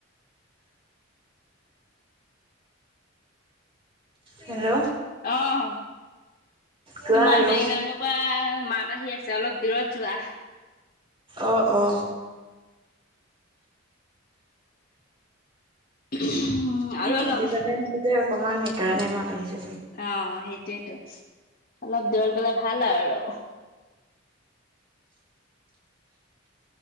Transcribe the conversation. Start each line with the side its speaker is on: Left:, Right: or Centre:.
Left: <inaudible>
Right: হেল্ল'।
Left: অঁ,
Right: কোৱা
Left: তোমাৰ
Right: আৰু।
Left: বেকগ্ৰাউনডৰ পৰা মাত আহি আছে অলপ দূৰত যোৱা।
Right: অ অ।
Left: <unintelligible>
Right: এ
Left: আৰু
Right: মই
Left: অলপ
Right: নদতি পানে আছো যে অকমান সেইকাৰণে মাত আহিছো
Left: অঁ, সেইটোৱেতো অলপ দূৰত গলে ভাল আৰু আৰু